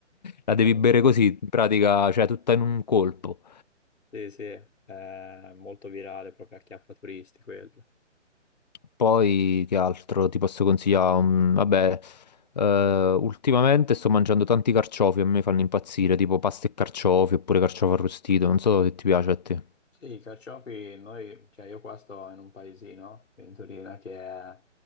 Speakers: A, on the left (about 35°); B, on the left (about 90°).
A: La devi
B: <laughs>
A: bere così, in pratica, cioè tutta in un colpo.
B: Sì, sì, è molto virale, proprio a chiappa turisti quello.
A: Poi che altro ti posso consigliare? Mm, vabbè, eh, ultimamente sto mangiando tanti carciofi, a me fanno impazzire, tipo pasta e carciofi oppure carciofo arrostito. Non so se ti piace a te.
B: Sì, i carciofi, noi, cioè io qua sto in un paesino, Ventolina, che è